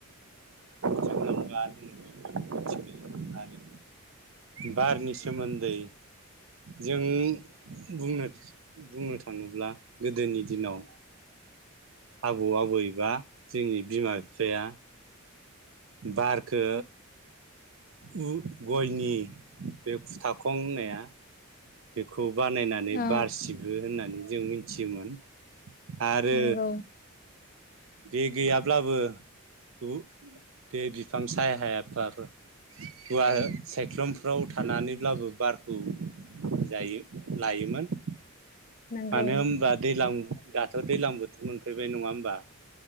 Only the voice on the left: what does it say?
औ
नंगौ
नंगौ